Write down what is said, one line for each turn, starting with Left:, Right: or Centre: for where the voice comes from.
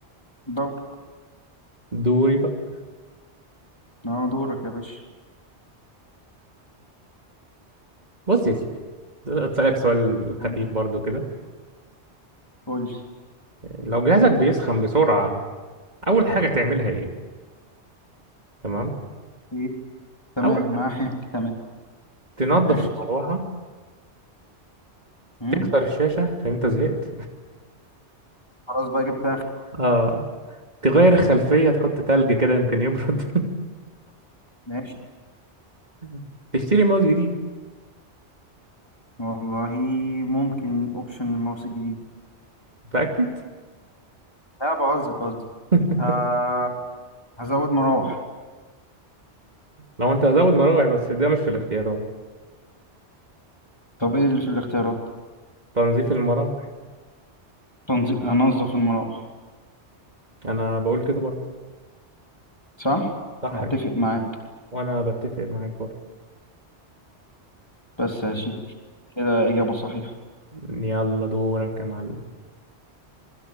Left: دور
Right: دوري بقى.
Left: اه دورك يا باشا
Right: بص يا سيدي اسالك سؤال
Left: قول
Right: خفيف برضو كده
Left: قول.
Right: لو جهازك بيسخن بسرعه اول حاجه تعملها ايه تمام
Left: ايه تمام
Right: اول
Left: معاك
Right: حاجه
Left: تمام
Right: تنظف
Left: قشطة
Right: المروحه
Left: أمم،
Right: تكسر الشاشه عشان انت زهقت
Left: خلاص بقى جبت آخر
Right: <laughs> اه تغير الخلفيه تحط تلج كده يمكن يبرد
Left: ماشي
Right: <laughs> تشتري ماوس جديد
Left: والله ممكن أوبشن الماوس الجديد
Right: متاكد
Left: لا بهزر بهزر
Right: <laughs>
Left: آه هزود مراوح
Right: لو انت هزود مراوح بس ده مش في الاختيارات
Left: طب ايه اللي في الاختيارات
Right: تنظيف المراوح
Left: تنظيف هنظف المراوح
Right: انا بقول كده برضه
Left: صح
Right: صح
Left: اتفق
Right: كده
Left: معاك
Right: وانا بتفق معاك برضه
Left: بس يا شيدي كده اجابة صحيحة
Right: <laughs> يلا دورك يا معلم